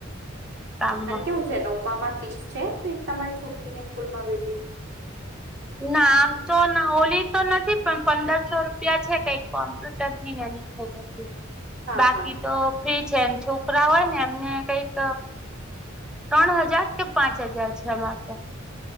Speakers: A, in the centre; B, on the right (about 55°).
A: કામમાં
B: હ અને કેવું છે નવમાંમાં ફીસ છે ફીસ તમારી છોકરીને સ્કૂલમાં વે
A: ના આમ તો હોલી તો નથી પણ પંદરસો રૂપિયા છે કઈકમ ત જ નાની થઈ.
B: <inaudible>
A: નથી બાકી
B: હા
A: તો ફ્રી છે એમ છોકરા હોય ને એમને કઈક ત્રણ હજાર કે પાંચ હજાર છે માત્ર